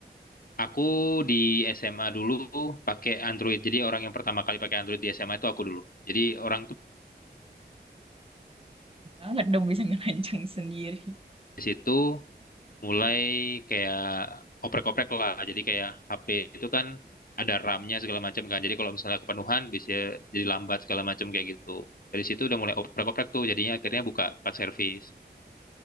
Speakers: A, on the left (about 55°); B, on the right (about 30°).
A: aku di SMA dulu pakai Android. Jadi orang yang pertama kali pakai Android di SMA itu aku dulu. Jadi orang tuh
B: banget dong bisa ngerancang sendiri.
A: di situ mulai kayak oprek-oprek lah. Jadi kayak HP itu kan ada RAM-nya segala macam kan. Jadi kalau misalnya kepenuhan bisa jadi lambat segala macam kayak gitu. Dari situ udah mulai oprek-oprek tuh. Jadinya akhirnya buka part service.